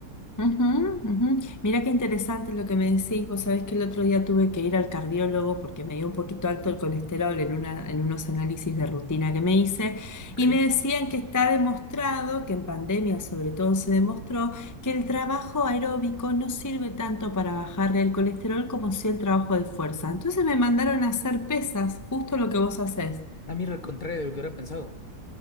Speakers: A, on the left; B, on the left.
A: Ujú, ujú. Mira qué interesante lo que me decís. Vos sabés que el otro día tuve que ir al cardiólogo porque me dio un poquito alto el colesterol en una, en unos análisis de rutina que me hice
B: Ok.
A: y me decían que está demostrado, que en pandemia sobre todo se demostró, que el trabajo aeróbico no sirve tanto para bajar el colesterol como si el trabajo de fuerza. Entonces me mandaron a hacer pesas, justo lo que vos hacés
B: A mí era al contrario de lo que hubiera pensado.